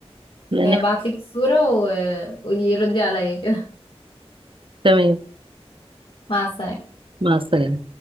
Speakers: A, on the right; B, on the left.
A: لان
B: يعني
A: احنا
B: ابعتلك الصورة و- وقولي ردي عليا كده
A: تمام
B: <laughs> مع السلامة
A: مع السلامة